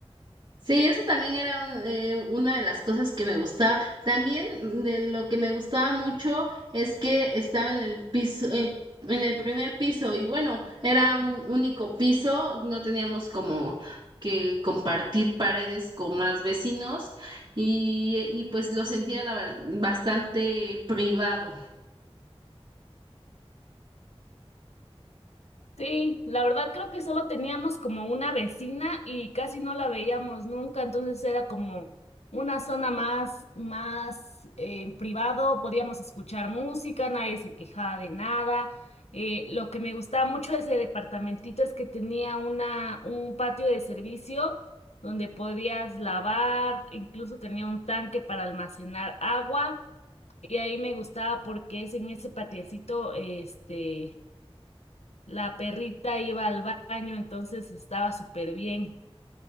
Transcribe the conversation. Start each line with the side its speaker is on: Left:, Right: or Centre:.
Right: Sí, eso también era un- eh, una de las cosas que me gustaba. También de lo que me gustaba mucho es que estaba en el piso, eh, en el primer piso y bueno, era un único piso, no teníamos como que compartir paredes con más vecinos y, y pues lo sentía la ver- bastante privado.
Left: Sí, la verdad creo que solo teníamos como una vecina y casi no la veíamos nunca, entonces era como una zona más, más eh, privado, podíamos escuchar música, nadie se quejaba de nada. Eh, lo que me gustaba mucho de ese departamentito es que tenía una, un patio de servicio donde podías lavar, incluso tenía un tanque para almacenar agua. Y ahí me gustaba porque es en ese patiecito, este, la perrita iba al baño, entonces estaba súper bien.